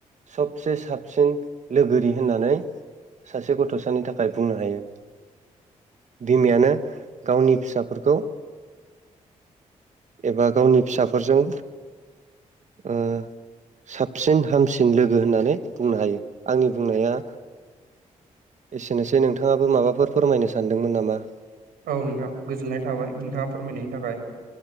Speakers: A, on the right; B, on the right.
A: सबसे साबसिन लोगोरि होननानै सासे गथ'सानि थाखाय बुंनो हायो। बिमायानो गावनि फिसाफोरखौ एबा गावनि फिसाफोरजों।
B: <inaudible>
A: ओ साबसिन हामसिन लोगो होननानै बुंनो हायो आंनि बुंनाया। एसेनोसै नोंथाङाबो माबाफोर फोरमायनो सानदोंमोन नामा?
B: औ नोंथां गोजोननाय थाबाय नोंथांङा फोरमायनायनि थाखाय।